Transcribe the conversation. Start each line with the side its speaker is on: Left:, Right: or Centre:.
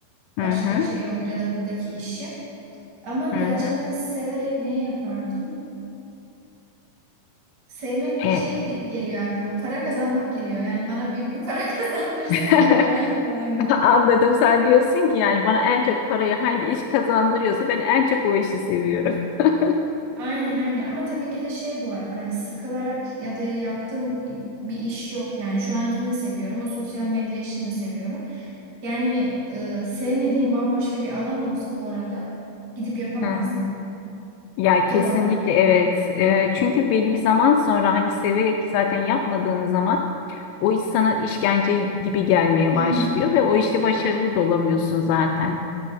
Left: hı
Right: başka
Left: hı
Right: şey olur ya da buradaki işim. Ama gerçekten
Left: hı hı.
Right: severek neyi yapardım? Sevmek de
Left: E,
Right: şey di- geliyor aklıma. Para kazanmak geliyor. Yani bana büyük bir para <laughs> kazandırsın
Left: <laughs> <laughs>
Right: yeterli falan gibi.
Left: Anladım. Sen diyorsun ki yani bana en çok parayı hangi iş kazandırıyorsa ben en çok o işi seviyorum. <laughs>
Right: Aynen aynen ama tabii ki de şey bu arada hani sıkılarak ya da yaptığım bir iş yok yani şu ankini de seviyorum o sosyal medya işini de seviyorum. Yani e, sevmediğim bambaşka bir alan olsa bu arada gidip yapamazdım.
Left: Hı hı. Ya kesinlikle
Right: O da var.
Left: evet. Ee, çünkü belli bir zaman sonra hani severek zaten yapmadığın zaman o iş sana işkence gibi gelmeye
Right: Hı
Left: başlıyor
Right: hı.
Left: ve o işte başarılı da olamıyorsun zaten.